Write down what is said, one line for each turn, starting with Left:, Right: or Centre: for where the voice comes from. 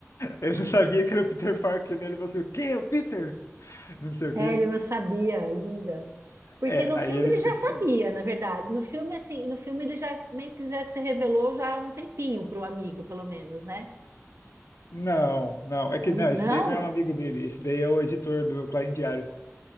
Left: ele não sabia que era o Peter Parker, né? Ele falou assim, o quê? É O Peter? Não sei o quê.
Right: É, ele não sabia ainda. Porque
Left: É,
Right: no
Left: aí
Right: filme
Left: ele
Right: ele
Left: fica
Right: já
Left: descobrindo.
Right: sabia, na verdade. No filme, assim, no filme ele já meio que já se revelou já há um tempinho para o amigo, pelo menos, né?
Left: Não, não, é
Right: Ó,
Left: que não,
Right: Não?
Left: esse daí não é um amigo dele, esse daí é o editor do Clarim Diário.